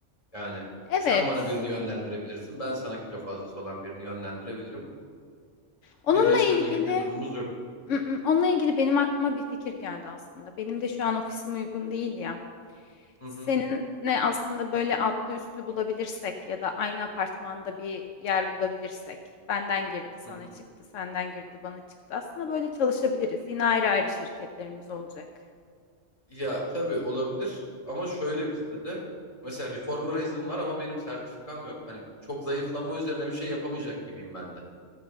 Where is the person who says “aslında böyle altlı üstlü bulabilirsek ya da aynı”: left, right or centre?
Left